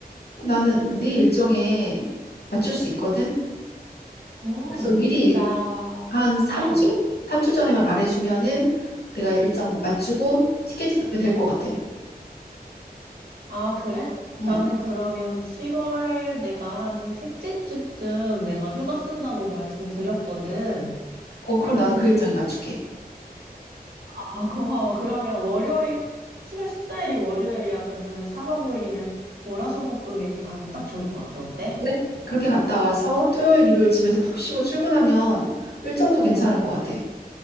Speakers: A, on the left; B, on the right.
A: 나는 네 일정에 맞출 수 있거든.
B: 음,
A: 그래서 미리 일-
B: 나,
A: 한 3주?
B: 응.
A: 3주 전에만 말해주면은 내가 일정 맞추고 티켓팅 하면 될 것 같아.
B: 아, 그래?
A: 응.
B: 나는 그러면 7월 내가 한 셋째 주쯤 내가 휴가
A: 응.
B: 쓴다고 말씀드렸거든.
A: 어, 그럼 나도 그 일정에 맞출게.
B: 아, 고마워. 그러면 월요일, 7월 14일이 월요일이야. 그러면 4박 5일이면 월화수목금 이렇게 가면 딱 좋을 것 같아. 어때?
A: 그래? 그렇게 갔다 와서 토요일, 일요일 집에서 푹 쉬고 출근하면 일정도 괜찮을 것 같아.